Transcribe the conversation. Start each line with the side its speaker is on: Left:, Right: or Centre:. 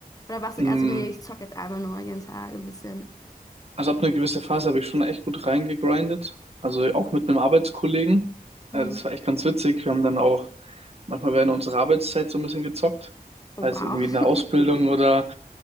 Left: Oder warst
Right: mm.
Left: du eher so, nee, ich zock jetzt einfach nur jeden Tag ein bisschen?
Right: Also ab einer gewissen Phase habe ich schon echt gut reingegrindet. Also auch mit einem Arbeitskollegen.
Left: Mhm.
Right: Äh, Das war echt ganz witzig. Wir haben dann auch Manchmal werden unsere Arbeitszeit so ein bisschen gezockt.
Left: Oh,
Right: Heißt
Left: wow.
Right: irgendwie eine Ausbildung
Left: <laughs>
Right: oder